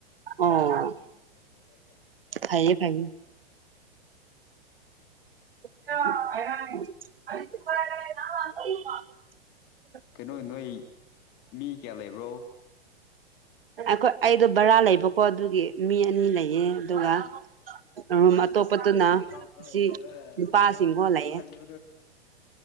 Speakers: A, on the right; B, on the left.
A: ꯑꯣ
B: ꯑꯗꯨ ꯍ
A: ꯐꯩꯌꯦ ꯐꯌꯦ <unintelligible>
B: ꯀꯩꯅꯣ ꯅꯣꯏ ꯃꯤ ꯀꯌꯥ ꯂꯩꯕ꯭ꯔꯣ
A: ꯑꯩꯈꯣꯏ ꯑꯩꯗꯣ ꯕꯔꯥ ꯂꯩꯕꯀꯣ ꯑꯗꯨꯒꯤ ꯃꯤ ꯑꯅꯤ ꯂꯩꯌꯦ ꯑꯗꯨꯒ ꯔꯨꯝ ꯑꯇꯣꯞꯄꯗꯨꯅ
B: ꯀꯥꯎ ꯀꯥꯎ
A: ꯑꯁꯤ
B: ꯂꯩꯕ
A: ꯅꯨꯄꯥꯁꯤꯡꯒꯣ
B: ꯅ
A: ꯂꯩꯌꯦ
B: ꯀꯔ